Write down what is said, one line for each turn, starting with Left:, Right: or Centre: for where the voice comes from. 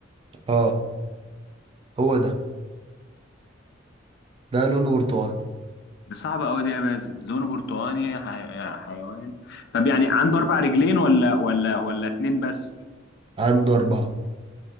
Right: آه، هو ده ده لونه برتقاني
Left: دي صعبة أوي دي يا مازن لونه برتقاني حي... حيوان طب يعني عنده أربع رجلين ولا ولا ولا اتنين بس
Right: عنده أربعة